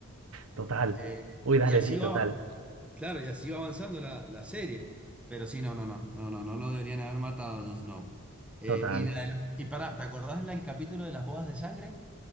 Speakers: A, on the right; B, in the centre.
A: total,
B: Eh,
A: uy, dale,
B: y así
A: sí, total,
B: va, Claro, y así va avanzando la, la serie. Pero sí, no, no, no, no, no, no lo deberían haber matado a Jon Snow. Eh,
A: total.
B: y, la de las- y pará, ¿te acordás la- el capítulo de las bodas de sangre?